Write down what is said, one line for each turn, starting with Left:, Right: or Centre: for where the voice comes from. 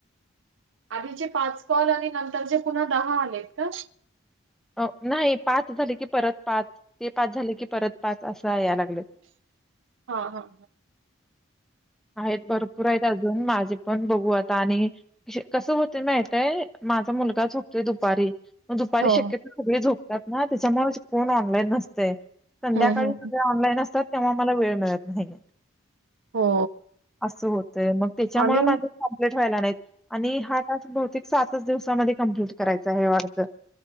Right: आधीचे पाच कॉल आणि नंतरचे पुन्हा दहा आलेत का?
Centre: अ नाही पाच झाले की परत पाच ते पाच झाले की परत पाच असा या लागत,
Right: हा हा ह.
Centre: आहेत भरपूर आहेत, अजून माझे पण बघू आता आणि कसं होतयं माहितयं, माझा मुलगा झोपतोय दुपारी. मग दुपारी
Right: हो.
Centre: शक्यता सगळे झोपतात ना, त्याच्यामुळं कोण ऑनलाईन नसतंय. संध्याकाळी
Right: हं, हं.
Centre: सगळे ऑनलाईन असतात, तेव्हा मला वेळ मिळत नाही गं.
Right: हो.
Centre: असोत. तर मग त्याच्यामुळे
Right: आणि
Centre: माझं
Right: हो,
Centre: कंप्लीट व्हायला नाहीत, आणि हा टास्क भव ते सातच दिवसामध्ये कंप्लीट करायचा आहे वाटतं.